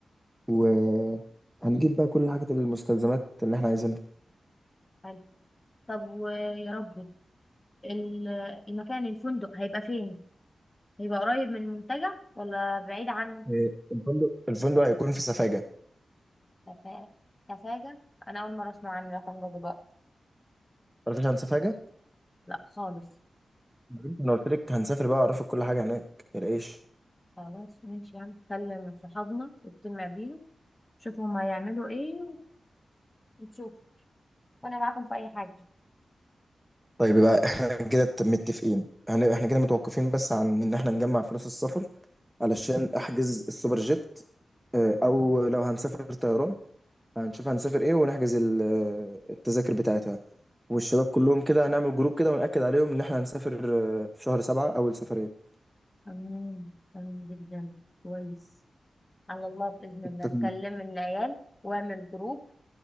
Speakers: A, in the centre; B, on the left.
A: وهنجيب بقى كل الحاجات المستلزمات اللي احنا عايزينها
B: حلو طب ويا ربي ال- المكان الفندق هيبقى فين هيبقى قريب من المنتجع ولا بعيد عنه
A: إيه، الفندق الفندق هيكون في سفاجة
B: كفا- كفاجة انا اول مرة اسمع عن الرقم ده دلوقتي
A: تعرفيش عن سفاجة؟
B: لا خالص
A: مم. انا قلت لك هنسافر بقى اعرفك كل حاجة هناك متقلقيش
B: خلاص ماشي يعني نكلم صحابنا ونجتمع بيهم شوف هم هيعملوا ايه ونشوف وانا معاكم في اي حاجة
A: طيب يبقى احنا كده ت- متفقين هن- احنا كده متوقفين بس عن ان احنا نجمع فلوس السفر علشان احجز السوبر جيت آه، او لو هنسافر طيران هنشوف هنسافر ايه ونحجز ال- آه، التذاكر بتاعتها والشباب كلهم كده هنعمل جروب كده ونأكد عليهم ان احنا هنسافر آه، في شهر سبعة اول سفرية
B: تمام تمام جدا كويس على الله بإذن الله
A: اتفقنا
B: كلم العيال واعمل جروب